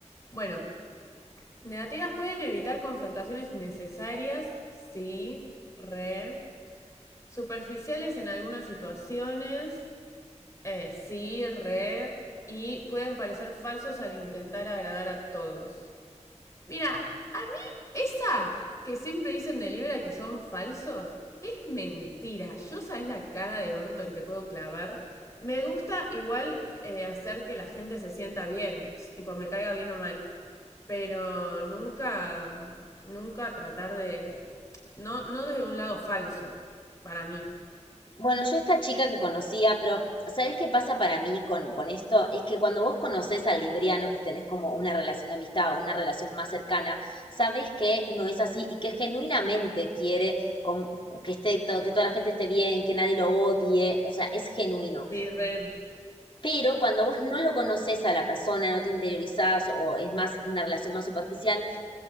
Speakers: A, on the left; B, on the left.
A: Bueno, negativas pueden evitar confrontaciones necesarias, sí, re. Superficiales en algunas situaciones, eh, sí, re. Y pueden parecer falsos al intentar agradar a todos. Mira, a mí esa que siempre dicen de Libra que son falsos es mentira. Yo sabes la cara de orto que te puedo clavar. Me gusta igual eh, hacer que la gente se sienta bien, tipo me caiga bien o mal, pero nunca, nunca tratar de, no, no desde un lado falso, para mí.
B: Bueno, yo esta chica que conocía, pero ¿sabés qué pasa para mí con, con esto? Es que cuando vos conocés al libriano y tenés como una relación de amistad o una relación más cercana, sabés que no es así y que genuinamente quiere com- que esté todo, que toda la gente esté bien, que nadie lo odie, o sea, es genuino.
A: Sí, re.
B: Pero cuando vos no lo conoces a la persona, no te interiorizás o es más una relación más superficial,